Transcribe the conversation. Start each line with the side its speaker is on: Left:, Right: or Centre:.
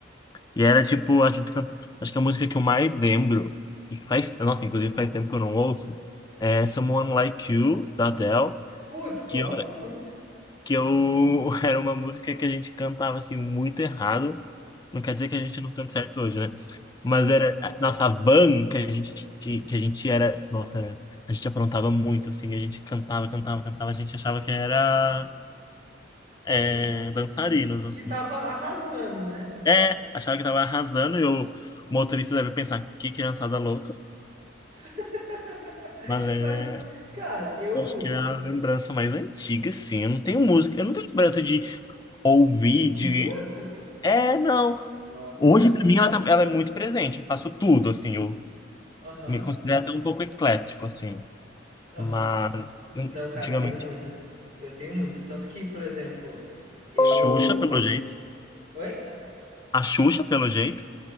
Left: e era tipo, a gente canta- acho que a música que eu mais lembro, e que faz, nossa, inclusive faz tempo que eu não ouço, é Someone Like You, da Adele,
Right: Putz, gosto
Left: que eu,
Right: muito.
Left: que eu <laughs> era uma música que a gente cantava assim muito errado. Não quer dizer que a gente não canta certo hoje, né? Mas era a nossa van que a gente que a gente era, nossa, era, a gente aprontava muito assim, a gente cantava, cantava, cantava, a gente achava que era é,
Right: Que,
Left: dançarinos
Right: que,
Left: assim.
Right: que tava arrasando, né?
Left: É, achava que tava arrasando e o motorista deve pensar, que criançada louca.
Right: <laughs>
Left: Mas é,
Right: Mas, cara, eu.
Left: eu acho que é a lembrança mais antiga, sim. Eu não tenho música, eu não tenho lembrança de ouvir,
Right: De
Left: de.
Right: música, assim?
Left: É, não.
Right: Nossa,
Left: Hoje,
Right: cara,
Left: pra
Right: eu tenho
Left: mim,
Right: muita.
Left: ela, tá- ela é muito presente. Eu faço tudo, assim. Eu
Right: Aham,
Left: me considero até um pouco eclético, assim.
Right: aham.
Left: Mas,
Right: Não, cara,
Left: antigamente,
Right: eu tenho muita. Eu tenho muita. Tanto que, por exemplo, eu.
Left: Xuxa, pelo jeito.
Right: Oi?
Left: A Xuxa, pelo jeito.